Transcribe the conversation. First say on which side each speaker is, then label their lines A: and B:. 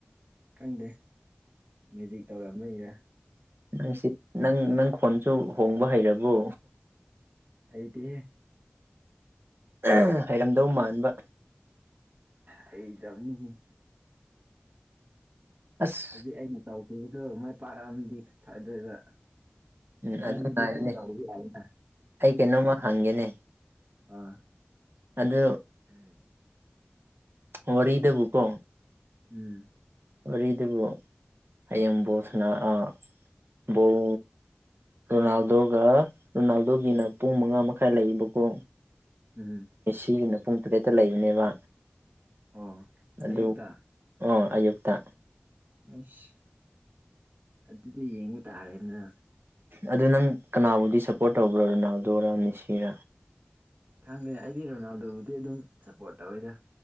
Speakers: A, on the right (about 50°); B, on the right (about 70°).
A: ꯈꯪꯗꯦ ꯃꯦꯖꯤꯛ ꯇꯧꯔꯝꯕꯩꯔ
B: ꯅꯪꯁꯤ ꯅꯪ ꯅꯪ ꯈꯣꯟꯁꯨ ꯍꯣꯡꯕ ꯍꯩꯔꯕꯣ
A: ꯍꯩꯇꯦꯍꯦ
B: ꯑꯍꯝ ꯍꯩꯔꯝꯗꯧ ꯃꯥꯟꯕ
A: ꯍꯩꯇꯕꯅꯤꯅꯦ
B: ꯑꯁ
A: ꯍꯧꯖꯤꯛ ꯑꯩꯅ ꯇꯧꯈꯤꯕꯗꯣ ꯃꯥꯏ ꯄꯥꯛꯔꯛꯑꯝꯗꯤ ꯐꯗꯣꯏꯕ
B: ꯎꯝ
A: ꯏꯕꯅꯤꯗꯤ
B: ꯑꯗꯨ ꯉꯥꯏꯔꯅꯦ
A: ꯗꯨꯝ ꯇꯧꯕ ꯌꯥꯏꯅ
B: ꯑꯩ ꯀꯩꯅꯣꯝꯃ ꯍꯪꯒꯦꯅꯦ
A: ꯑꯥ
B: ꯑꯗꯨ ꯎꯝ ꯋꯥꯔꯤꯗꯕꯨꯀꯣ
A: ꯎꯝ
B: ꯋꯥꯔꯤꯗꯨꯕꯨ ꯍꯌꯦꯡ ꯕꯣꯜꯁꯅꯥ ꯑ ꯕꯣꯜ ꯔꯣꯅꯥꯜꯗꯣꯒ ꯔꯣꯅꯥꯜꯗꯣꯒꯤꯅ ꯄꯨꯡ ꯃꯉꯥ ꯃꯈꯥꯏ ꯂꯩꯏꯕꯀꯣ
A: ꯎꯝ
B: ꯃꯦꯁꯤꯒꯤꯅ ꯄꯨꯡ ꯇꯔꯦꯠꯇ ꯂꯩꯕꯅꯦꯕ
A: ꯑꯣ
B: ꯑꯗꯨ
A: ꯑꯌꯨꯛꯇ
B: ꯑꯣ ꯑꯌꯨꯛꯇ
A: ꯑꯩꯁ ꯑꯗꯨꯗꯤ ꯌꯦꯡꯕ ꯇꯥꯔꯦꯅ
B: ꯑꯗꯨ ꯅꯪ ꯀꯅꯥꯕꯨꯗꯤ ꯁꯞꯄꯣꯔꯠ ꯇꯧꯕ꯭ꯔꯣ ꯔꯣꯅꯥꯜꯗꯣꯔ ꯃꯤꯁꯤꯔ
A: ꯈꯪꯗꯦ ꯑꯩꯗꯤ ꯔꯣꯅꯥꯜꯗꯣꯕꯨꯗꯤ ꯑꯗꯨꯝ ꯁꯞꯄꯣꯔꯠ ꯇꯧꯏꯗ